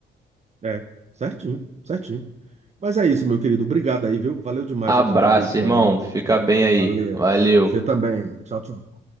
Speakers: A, on the right (about 35°); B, on the right (about 20°).
A: É, certinho, certinho. Mas é isso, meu querido. Obrigado aí, viu? Valeu demais
B: Abraço,
A: a contribuição
B: irmão.
A: aí nessa
B: Fica
A: história.
B: bem aí.
A: Valeu.
B: Valeu.
A: Você também. Tchau, tchau.